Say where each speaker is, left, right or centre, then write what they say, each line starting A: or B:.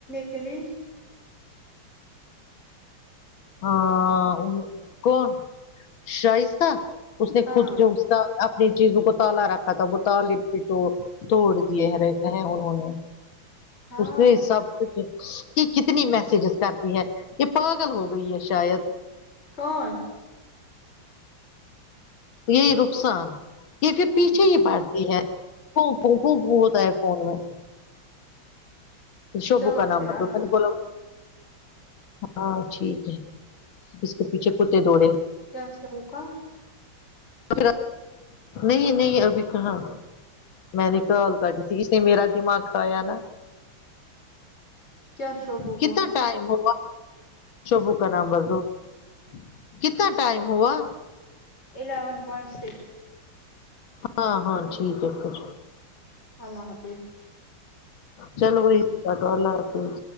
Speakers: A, on the left; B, on the left.
A: کلیج
B: ہاں ہاں کون شائستہ اس نے
A: ہاں
B: خود کیوں اپنی چیزوں کو تالا رکھا تھا وہ تالے تو توڑ دیے رہتے ہیں انہوں نے
A: ہاں
B: اس میں سب کچھ کہ کتنی میسجز کرتی ہے یہ پاگل ہوگ ہوئی ہے شاید
A: کون
B: یہی رخسار یہ پھر پیچھے
A: اچھا
B: ہی پڑ تی ہے پک پک ہوتا ہے فون میں شوبو
A: چلو
B: کا نام
A: پھر کیا
B: بتادو پہلے بولو ہاں ٹھیک ہے اس کے پیچھے کتے دوڑے
A: کیاس سے ہوکا
B: پھر نہیں نہیں ابھی کہاں میں نے کال کر دی تھی اس نے میرا دماغ کھایا نا
A: کیا شوبول
B: کتنا ٹائم ہوا شوبو کا نام رکدوکتنا ٹائم ہوا
A: الیون پوائنٹ سکس
B: ہاں ہاں ٹھیک ہے پھر
A: اللہ حافظ
B: چلو وہی سے بات اللہ حافظ